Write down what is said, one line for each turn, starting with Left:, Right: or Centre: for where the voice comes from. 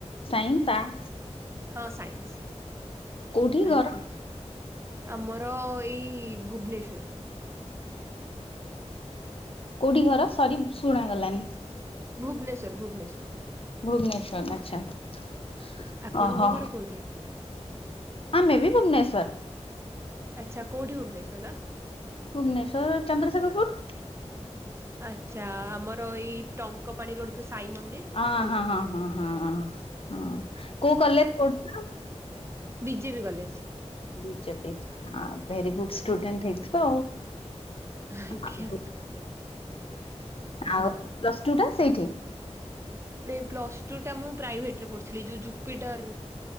Left: ସାଇନ୍ସ ଆର୍ଟ୍ସ?
Right: ହଁ ସାଇନ୍ସ
Left: କୋଉଠି
Right: ଆଜ୍ଞା
Left: ଘର?
Right: ଆମର। ଏଇ ଭୁବନେଶ୍ଵର।
Left: କୋଉଠି ଘର ସରି ଶୁଣା ଗଲାନି।
Right: ଭୁବନେଶ୍ୱର ଭୁବନେଶ୍ୱର।
Left: ଭୁବନେଶ୍ୱର ଆଚ୍ଛା।
Right: ଆପଣଙ୍କ
Left: ଓହୋ
Right: ଘର କୋଉଠି?
Left: ଆମେ ବି ଭୁବନେଶ୍ୱର।
Right: ଆଚ୍ଛା କୋଉଠି ଭୁବନେଶ୍ୱରର?
Left: ଭୁବନେଶ୍ୱର ଚନ୍ଦ୍ରଶେଖରପୁର।
Right: ଆଚ୍ଛା ଆମର ଏଇ ଟଙ୍କ ପାଣିର ରୋଡ ଯୋଉ। ସାଇ ମନ୍ଦିର
Left: ଅ
Right: ସେଇ
Left: ହଁ
Right: ପାଖରେ।
Left: ହଁ ହଁ ହଁ ହଁ କୋଉ କଲେଜ ରେ ପଢ଼ୁ ଥିଲ?
Right: B J P college.
Left: B J P very good student ହେଇଥିବ।
Right: ଆଜ୍ଞା।
Left: ଆଉ
Right: ହଁ
Left: ଆଉ ପ୍ଲସ ଟୁ ଟା ସେଇଠି?
Right: ନାଇଁ ପ୍ଲସ ଟୁ ଟା ମୁଁ ପ୍ରାଇଭେଟରେ ପଢୁଥିଲି ଯୋଉ ଜୁପିଟର୍